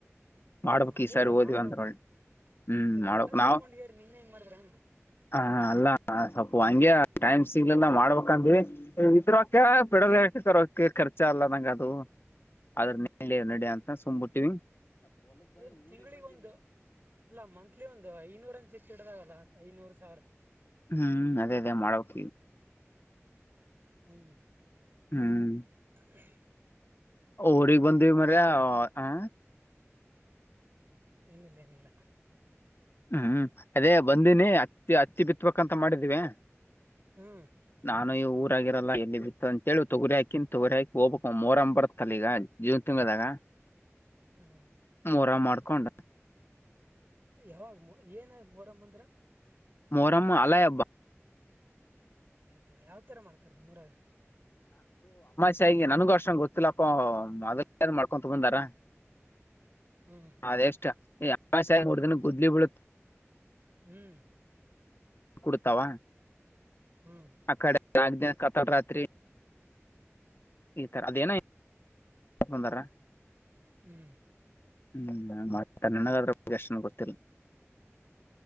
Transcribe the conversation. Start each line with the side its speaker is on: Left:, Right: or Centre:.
Right: ಹ್ಮ್
Left: ಮಾಡ್ಬೇಕಕ್
Right: ಅದೇ
Left: ಈ ಸಾರಿ ಓದಿವವ
Right: ಮಾಡಪ್ಪ
Left: ಅಂತ ಒಿ ಹ್ಮ್
Right: ಮತ್ತೆ
Left: ಮಾಡ್ಬೇಕ
Right: ಎಲ್ಲಾ ತಿಳ್ಕೊಂಡ್ಗ್ಯಾರ
Left: ನಾವ್
Right: ನೀನ್ ಹೆಂಗ್ ಮಾಡಿದ್ರ ಹೆಂಗ
Left: ಹ ಅಲ್ಲ ಸ್ೊಪ್ಪ ಹಂಗಗೆ ಟೈಮ್ ಸಿಗ್ ಮಾಡ್ಬೇಕಂತೀ ಇದರೋಕ ಪಡಲ್ ತರಕ್ಕೆ ಖರ್ಚ ಇಚ ಅಲ್ಲ ನಂಗಗೆ ಅದು ಅದ್ರ ನ ನಡ ಅಂತ ಸುಂಬ್ಬುಟ್ಟಿವ
Right: ಏನ್ ತಿಂಗಳಿಗ್ ಒಂದು ಅಲ್ಲ ಮಂತ್ಲಿ ಒಂದು್ ಐನೂರಂತ ಹೆಚ್ಚ ಲ್ಲ ಐನೂರು ಸಾವಿರ
Left: ಹ್ಮ್ ಅದೇ ಅದೇ ಮಾಡೋಕ
Right: ಹ್ಮ್
Left: ಹ್ಮ್
Right: ಹ್ಮ
Left: ಊರಿಗ್ ಬಂದಿವವಿ ಮರ ಆ
Right: ಏನಿಲ್ಲ ಏನಿಲ್ಲ
Left: ಹ್ಮ್ ಅದೇ ಬಂದೀಿನಿ ಅತ್ತಿ ಹತ್ತಿ ಬಿತ್ಬೇಕಕ್ಂತ ಮಾಡಿದಿವವಿ
Right: ಹ್ಮ್
Left: ನಾನು ಈ ಊರ ಆಗಿರಲ್ಲ ಎಲ್ಲಿ ಬಿತ್ತು ಅಂತೇಳಿ ತೊಗರಿ ಹಾಕಿನ್ ತೊಗರಿ ಹಾಕಿ ಹೋಗ್ಬೇಕ ಮೂೋರಂಬ ಬರ್ತ್ತಲ್ಲ ಈಗ ಜೀವ್ ತಿಂಗದಾಗ
Right: ಹ್ಮ್
Left: ಮರ ಮಾಡ್ಕೊಂಡ
Right: ಯಾವಾಗ ಮ ಏನ ಮೊರಮ್ಮ ಅಂದ್ರ
Left: ಮೋರಮ್ಮ ಅಲಯ ಅಬ್ಬಾ
Right: ಅಯಪ್ಪಾ ಯಾವ್ ತರ ಮಾಡ್ತಾರ ನಿ ಮೂರಾಗ
Left: ಹಗೆ ನನ್ಗೂ ಅರ್ಷಂಗ ಗೊತ್ತಿಲ್ಲಪ್ಪ ಮೊದಲ್ೇ ಅ್ ಮಾಡ್ಕೊಂಡ ತಗಂದಾರ
Right: ಹ್ಮ್
Left: ಅದ ಎಷ್ಟ. ಹಾ ಸಾಯ ಮೂರ್ ದಿನ ಗುದ್ಲಿ ಬಿೀಳುತ್ತ
Right: ಹ್ಮ್
Left: ಕುಡ್ತಾವ
Right: ಹ್ಮ್
Left: ಆ ಕಡೆ ನಾ ಕತಡ ರಾತ್ರಿ ಈತರ ಅದೇನಂದಾರ
Right: ಹ್ಮ್
Left: ಹ್ಮ್ ಮಾಡ ನನಗದ್ರ ಪ್ರಗೆಷ್ಟ ಗೊತ್ತಿಲ್ಲ